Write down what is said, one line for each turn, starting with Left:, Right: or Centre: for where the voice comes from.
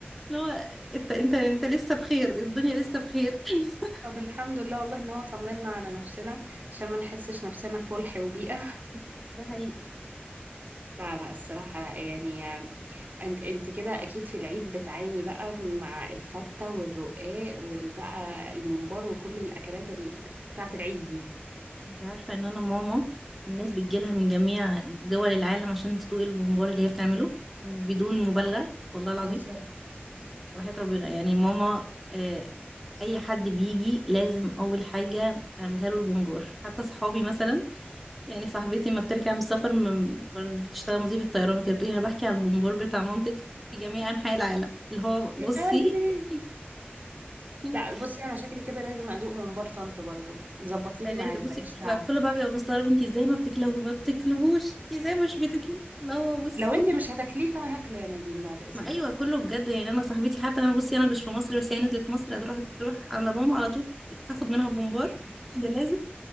Centre: اللي هو انت انت انت لسه بخير الدنيا لسه بخير <laughs>
Right: طب الحمد لله والله ان هو طمنا على نفسنا عشان ما نحسش نفسنا في فلح وبيئة <laughs>
Centre: ده حقيقي
Right: لا لا الصراحة لا يعني انت انت كده اكيد في العيد بتعاني بقى مع الفتة والرقاق والبقى الممبار وكل الاكلات ال... بتاعة العيد دي
Centre: انت عارفة ان انا ماما الناس بتجيلها من جميع دول العالم عشان تدوق الممبار اللي هي بتعمله بدون مبالغة والله العظيم
Right: بتهزري
Centre: وحياة ربنا يعني ماما آه، اي حد بيجي لازم اول حاجة تعملها له البونبور حتى صحابي مثلا يعني صاحبتي ما بترجع من السفر ما بتشتغل مضيفة طيران وكده بتقولي انا بحكي على البونبور بتاع مامتك في جميع انحاء العالم اللي هو
Right: يا
Centre: بصي
Right: قلبي
Centre: <laughs> والله
Right: لا بصي انا شكلي كده لازم ادوق ممبار طنط برضه ظبطي
Centre: فلازم
Right: لي ميعاد
Centre: بصي
Right: ماليش دعوة
Centre: فكله بقى بيبقى مستغرب انت ازاي ما بتاكلهوش ما بتاكلهوش انت ازاي مش بتاكليه اللي هو بصي
Right: لو انت مش هتاكليه فانا هاكله يا نادين بعد اذنك
Centre: ما ايوه كله بجد يعني انا صاحبتي حتى انا بصي انا مش في مصر بس هي نزلت مصر هتروح تروح عند ماما على طول تاخد منها بومبار <laughs> ده لازم